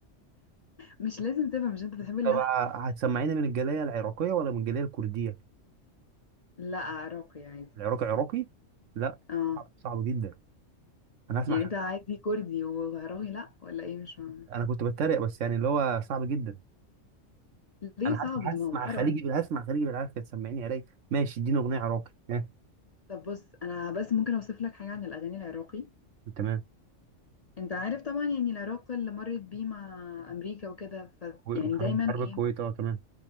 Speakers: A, on the left; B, on the right.
A: مش لازم تبقى مش انت بتحب اللحن
B: طب ع- هتسمعينا من الجاليه العراقيه ولا من الجاليه الكرديه
A: لا عراقي عادي
B: العراقي عراقي لا
A: اه
B: صعب صعب جدا انا هسمع
A: يعني انت عادي كردي وعراقي لا ولا ايه مش فاهمه
B: انا كنت بتريق بس يعني اللي هو صعب جدا
A: ليه
B: انا
A: صعب
B: هسمع
A: ده
B: هسمع
A: ما هم عرب
B: خليجي بال- هسمع خليجي بالعافيه تسمعني علي ماشي اديني اغنيه عراقي ها
A: طب بص انا بس ممكن اوصف لك حاجه عن الاغاني العراقي
B: تمام
A: انت عارف طبعا يعني العراق اللي مرت بيه مع امريكا وكده ف
B: و-
A: يعني
B: وحرب
A: دايما
B: حرب الكويت
A: ايه
B: اه تمام